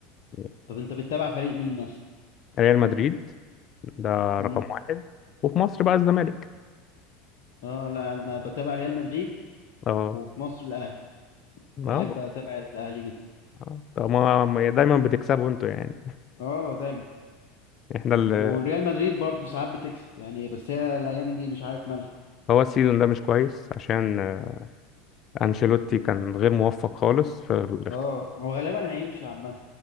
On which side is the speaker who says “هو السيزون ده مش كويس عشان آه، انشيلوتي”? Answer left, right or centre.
Left